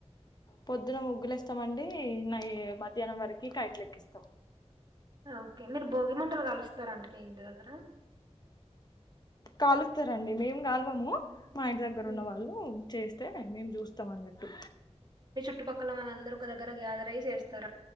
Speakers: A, on the left; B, on the right.
A: పొద్దున ముగ్గులు ఏస్తామండి నై మధ్యాహ్నం వరకి కైట్లు ఎక్కిస్తాం.
B: ఓకే మీరు భోగి మంటలు కలుస్తార అండి మీ ఇంటి దగ్గర
A: కాలుస్తారండి మేం కాల్వము మా ఇంటి దగ్గర
B: ఉమ్.
A: ఉన్న వాళ్ళు చేస్త <unintelligible> ే చూస్తామన్నట్టు
B: చుటు పక్కల వాళ్ళందరూ ఒక దగర గేథెర్ అయ్యి చేస్తారు